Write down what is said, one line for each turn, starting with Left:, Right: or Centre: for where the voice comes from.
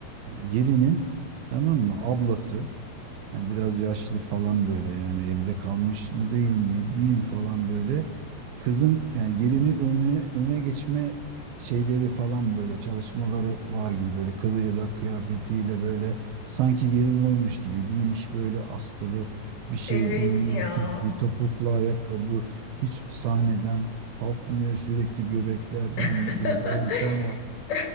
Right: gelinin tamam mı ablası Yani biraz yaşlı falan böyle yani evde kalmış mı diyeyim ne diyeyim falan böyle. Kızın yani gelinin önüne öne geçme şeyleri falan böyle çalışmaları var gibi böyle kılığıyla kıyafetiyle böyle sanki gelin oymuş gibi giymiş böyle askılı bir şey
Left: Evet
Right: bir mini
Left: ya.
Right: etek bir topuklu ayakkabı hiç sahneden kalkmıyor sürekli göbekler
Left: <laughs>
Right: ben buradayım ben var